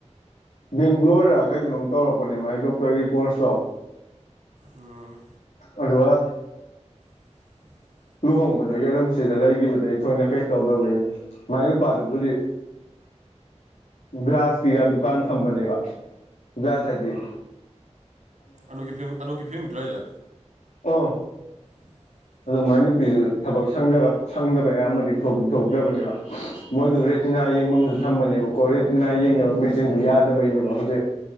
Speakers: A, on the left (about 85°); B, on the right (about 85°).
A: ꯕꯦꯡꯒ꯭ꯂꯣꯔꯔꯥ ꯀꯩꯗꯅꯣꯝ ꯇꯧꯔꯛꯄꯅꯦ ꯃꯥꯒꯤ ꯗꯣꯛꯇꯔꯒꯤ ꯀꯣꯔꯁꯇꯣ
B: ꯎꯝ꯫
A: ꯑꯗꯨꯒ
B: <inaudible>
A: ꯂꯨꯍꯣꯡꯕꯗꯒꯤ ꯑꯗꯨꯝ ꯁꯤꯗ ꯂꯩꯒꯤꯈꯤꯕꯗꯒꯤ ꯊꯣꯏꯅ ꯀꯩ ꯇꯧꯗꯕꯒꯤ꯫ ꯃꯥꯏ ꯅꯨꯄꯥꯗꯨꯕꯨꯗꯤ ꯒ꯭ꯔꯥꯁꯀꯤꯒ ꯗꯨꯀꯥꯟ ꯐꯝꯕꯅꯦꯕ ꯒ꯭ꯔꯥꯁ ꯍꯥꯏꯗꯤ
B: ꯑꯅꯣꯛꯀꯤ ꯐ꯭ꯔꯦꯝ ꯑꯅꯣꯛꯀꯤ ꯐ꯭ꯔꯦꯝꯒꯤꯗꯨꯔꯣ ꯍꯥꯏꯁꯦ
A: ꯑꫭ
B: <inaudible>
A: ꯑꯗꯨ ꯃꯥꯏ ꯅꯨꯄꯤꯁꯨ ꯊꯕꯛ ꯁꯪꯗꯕ ꯁꯪꯗꯕꯩ ꯑꯌꯥꯝꯕꯗꯤ ꯊꯣꯛꯇꯤ ꯊꯣꯛꯇ꯭ꯔꯕꯅꯦꯕ ꯃꯣꯏꯗꯨ ꯔꯦꯇꯤꯅꯥ ꯌꯦꯡꯅꯕꯝꯁꯨ ꯊꯝꯕꯅꯦꯕꯀꯣ ꯔꯦꯇꯤꯅꯥ ꯌꯦꯡꯅꯕ ꯃꯦꯆꯤꯟꯗꯨ ꯌꯥꯗꯕꯩꯅꯦꯕ ꯍꯧꯖꯤꯛ